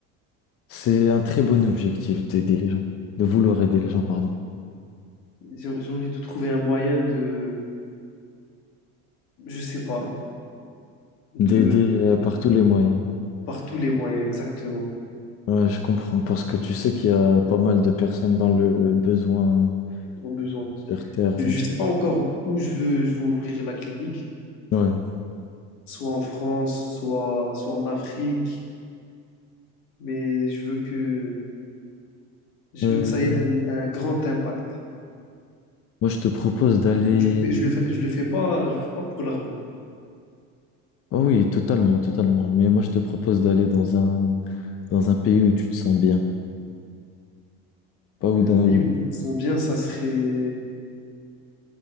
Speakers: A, on the left; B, on the left.
A: C'est un très bon objectif d'aider les gens, de vouloir aider les gens, pardon,
B: J'ai j'ai envie de trouver un moyen de, je sais pas, de
A: d'aider euh, par tous les moyens.
B: Par tous les moyens, exactement,
A: Ouais, je comprends, parce que tu sais qu'il y a pas mal de personnes dans le besoin
B: ont besoin.
A: sur Terre,
B: Je
A: donc
B: ne sais
A: euh,
B: pas encore où je veux, je veux ouvrir la clinique,
A: ouais.
B: soit en France, soit, soit en Afrique, mais je veux que, je
A: Euh,
B: veux que ça ait un, un grand impact.
A: moi, je te propose d'aller.
B: Je, je le fais, je le fais, je le fais pas, je le fais pas pour l'argent.
A: Ah oui, totalement, totalement. Mais moi, je te propose d'aller dans un dans un pays où tu te sens bien, pas où d'un.
B: Un pays
A: où-
B: où je me sens bien, ça serait,